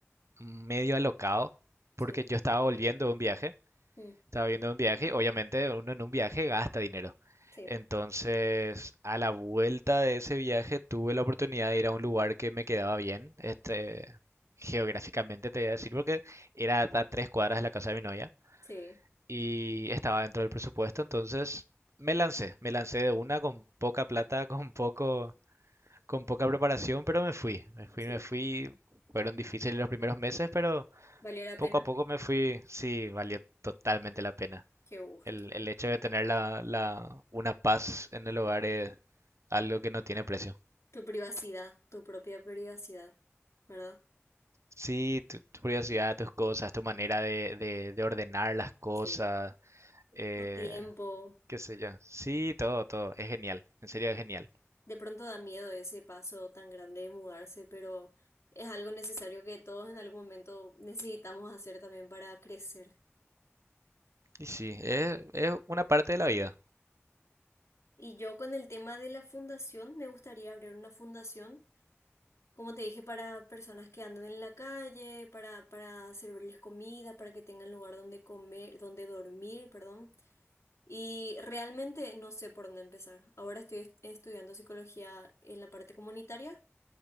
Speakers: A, on the right; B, on the left.
A: medio alocado
B: Sí,
A: porque yo estaba volviendo de un viaje.
B: Mm,
A: Estaba viendo un viaje, obviamente uno en un viaje gasta dinero.
B: sí,
A: Entonces, a la vuelta de ese viaje tuve la oportunidad de ir a un lugar que me quedaba bien, este, geográficamente te voy a decir, porque era a tres cuadras de la casa de mi novia
B: sí,
A: y estaba dentro del presupuesto, entonces me lancé, me lancé de una con poca plata, <laughs> con poco, con poca preparación, pero me fui, me fui,
B: sí.
A: me fui. Fueron difíciles los primeros meses, pero
B: ¿Valió la
A: poco
B: pena?
A: a poco me fui, sí, valió totalmente la pena.
B: Qué gusto.
A: El, el hecho de tener la, la, una paz en el hogar es algo que no tiene precio.
B: Tu privacidad, tu propia privacidad, ¿verdad?
A: Sí, tu, tu curiosidad, tus cosas, tu manera de, de- de ordenar las cosas,
B: sí.
A: eh,
B: Tu tiempo.
A: qué sé yo. Sí, todo, todo. Es genial. En serio, es genial.
B: De pronto da miedo ese paso tan grande de mudarse, pero es algo necesario que todos en algún momento necesitamos hacer también para crecer.
A: Y sí, es, es una parte de la vida.
B: Y yo con el tema de la fundación, me gustaría abrir una fundación Como te dije, para personas que andan en la calle, para, para servirles comida, para que tengan lugar donde comer, donde dormir, perdón. Y realmente no sé por dónde empezar. Ahora estoy est- estudiando psicología en la parte comunitaria.